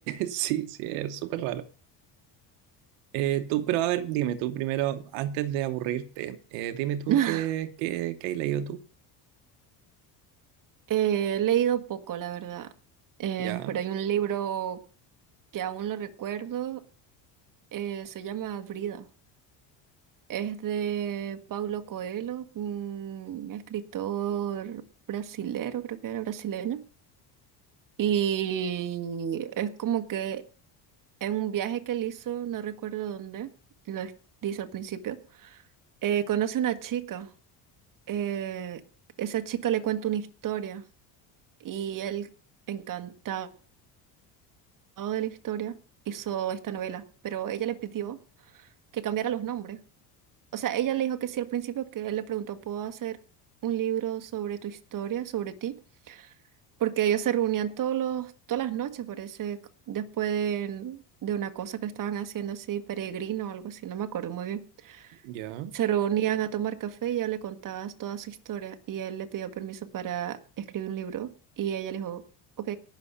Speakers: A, on the right (about 85°); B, on the right (about 45°).
A: Sí, sí, es súper raro. Eh, tú, pero a ver, dime tú primero, antes de aburrirte, eh, dime tú
B: <laughs>
A: qué, qué, qué has leído tú.
B: Eh, he leído poco, la verdad. Eh,
A: Ya,
B: pero hay un libro que aún lo recuerdo. eh, se llama Brida. Es de Paulo Coelho, un escritor brasilero, creo que era brasileño. Y es como que en un viaje que él hizo, no recuerdo dónde, lo es- dice al principio, eh, conoce una chica. eh, esa chica le cuenta una historia y él, encantado de la historia, hizo esta novela. Pero ella le pidió que cambiara los nombres. O sea, ella le dijo que sí al principio, que él le preguntó, ¿puedo hacer un libro sobre tu historia, sobre ti? Porque ellos se reunían todos los, todas las noches, parece, c- después de, de una cosa que estaban haciendo así, peregrino o algo así, no me acuerdo muy bien.
A: ya.
B: Se reunían a tomar café y ella le contaba toda su historia y él le pidió permiso para escribir un libro y ella le dijo, ok,